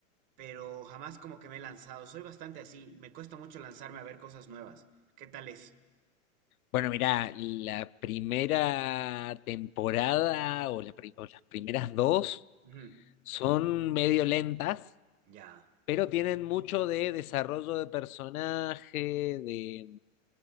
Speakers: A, on the right (about 45°); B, on the left (about 90°).
A: pero jamás como que me he lanzado. Soy bastante así. Me cuesta mucho lanzarme a ver cosas nuevas. ¿Qué tal es?
B: Bueno, mirá, la primera temporada o la pri- o las primeras dos
A: Ujú,
B: son medio lentas
A: ya.
B: Pero tienen mucho de desarrollo de personaje, de,